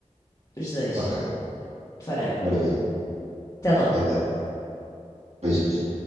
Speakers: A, on the left (about 30°); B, on the right (about 60°).
A: os dois,
B: Ok,
A: forever.
B: maravilha.
A: Até logo.
B: Andando. Beijinhos.